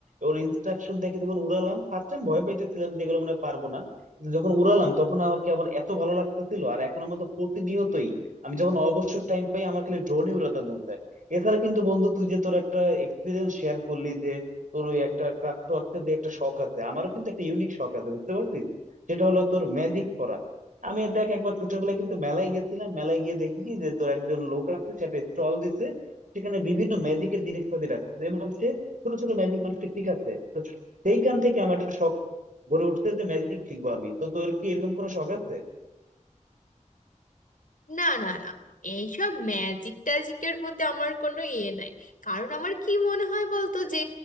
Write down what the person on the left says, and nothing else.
না না না এইসব ম্যাজিক ট্যাজিকের প্রতি আমার কোনো ইয়ে নাই কারণ আমার কি মনে হয় বলতো যে